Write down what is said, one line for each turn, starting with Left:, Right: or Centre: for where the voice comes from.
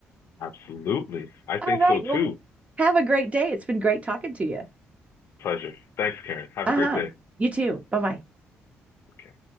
Left: Absolutely.
Right: <laughs>
Left: I think
Right: All right,
Left: so
Right: well,
Left: too.
Right: have a great day. It's been great talking to you.
Left: Pleasure. Thanks, Karen. Have
Right: Uh-huh.
Left: a great day.
Right: You too. Bye-bye.
Left: Okay.